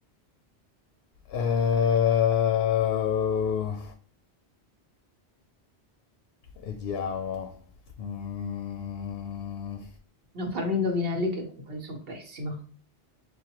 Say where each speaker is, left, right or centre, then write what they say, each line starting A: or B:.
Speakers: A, on the left; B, on the right.
A: Eh, Vediamo. Mm.
B: non farmi indovinelli che con quelli sono pessima,